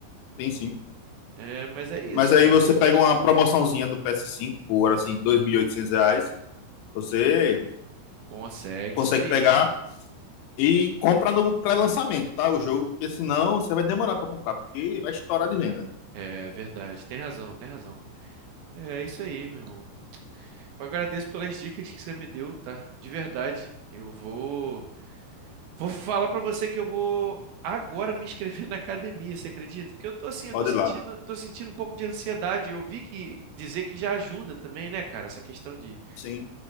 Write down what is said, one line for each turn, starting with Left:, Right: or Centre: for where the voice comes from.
Left: tem sim.
Right: é, mas é isso,
Left: Mas aí
Right: cara.
Left: você pega uma promoçãozinha do PS5 por assim 2.800 reais você
Right: Consegue
Left: consegue
Right: isso aí.
Left: pegar E compra no pré-lançamento, tá? O jogo, porque senão você vai demorar para comprar, porque vai estourar de venda.
Right: É verdade. Tem razão, tem razão. É isso aí, meu irmão. Eu agradeço pelas dicas que você me deu, tá? De verdade. Eu vou Vou falar pra você que eu vou agora me inscrever <laughs> na academia, você acredita? Porque eu tô assim, eu
Left: Pode
Right: tô sentindo,
Left: ir lá.
Right: tô sentindo um pouco de ansiedade. Eu vi que dizer que já ajuda também, né, cara, essa questão de.
Left: Sim,